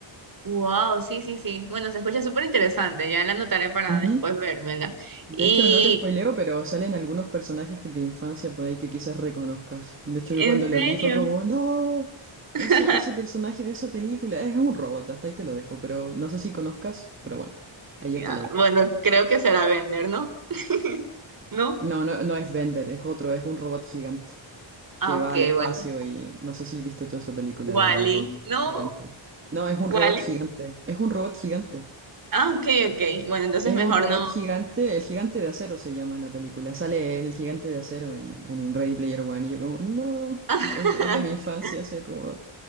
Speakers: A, on the right; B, on the right.
A: Wow, sí, sí, sí. Bueno, se escucha súper interesante, ya la anotaré para
B: Ujú.
A: después vérmela.
B: De
A: Y
B: hecho, no te spoileo, pero salen algunos personajes que de infancia por ahí que quizás reconozcas. De hecho,
A: en
B: yo cuando
A: serio,
B: lo vi fue como, no, ese,
A: <laughs>
B: ese personaje de esa película es un robot, hasta ahí te lo dejo, pero no sé si conozcas, pero bueno, ahí
A: Ya,
B: ya te lo dejo.
A: bueno, creo que será vender, ¿no? <laughs> ¿No?
B: No, no, no es Bender, es otro, es un robot gigante.
A: Ah,
B: que
A: ok,
B: va al espacio
A: bueno.
B: y no sé si has visto toda esa película
A: Wally,
B: del robot
A: no.
B: gigante. No, es un
A: Wally.
B: robot gigante, es un robot gigante.
A: Ah, ok, ok. Bueno, entonces
B: Es
A: mejor
B: un robot
A: no.
B: gigante, el gigante de acero se llama la película. Sale el gigante de acero en, en Ready Player One y yo como, no,
A: <laughs>
B: es, de es de mi infancia ese robot.